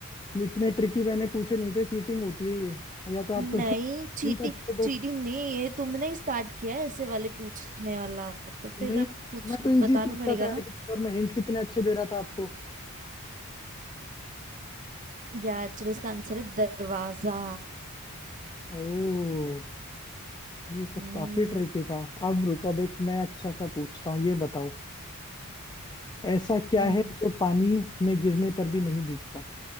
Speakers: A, on the left; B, on the right.
A: इतने ट्रिकी मैंने पूछे नहीं थे चीटिंग होती है ये या तो आप थोड़े
B: नहीं
A: <laughs>
B: चीटिंग
A: हिंट अच्छे दो
B: चीटिंग नहीं ये तुमने ही स्टार्ट किया है ऐसे वाले पूछने वाला तो फिर
A: नहीं
B: अब पूछ
A: मैं तो इजी
B: बताना
A: पूछ
B: पड़ेगा
A: रहा था यार
B: ना
A: कि- और मैं हिंट कितने अच्छे दे रहा था आपको
B: यार चलो इसका आंसर है दरवाजा
A: ओह ये तो
B: हम्म
A: काफी ट्रिकी था अब रुको अब एक मैं अच्छा सा पूछता हूँ ये बताओ ऐसा क्या
B: हम्म
A: है जो पानी में गिरने पर भी नहीं भीगता